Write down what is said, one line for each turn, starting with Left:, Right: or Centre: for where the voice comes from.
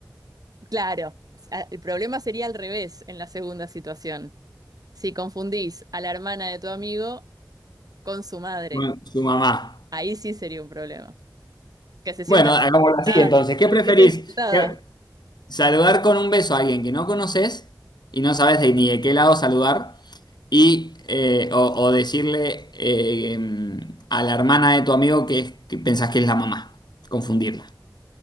Right: claro, a- el problema sería al revés en la segunda situación. Si confundís a la hermana de tu amigo con su madre,
Left: Bueno, Su mamá.
Right: ahí sí sería un problema. Que se sienta
Left: Bueno, hagámoslo
Right: insultada.
Left: así entonces. ¿Qué
Right: Se
Left: preferís?
Right: sienta insultada.
Left: ¿Que- ¿Saludar con un beso a alguien que no conoces y no sabes de- ni de qué lado saludar? Y, eh, o, o decirle eh, em, a la hermana de tu amigo que, es- que pensás que es la mamá, confundirla.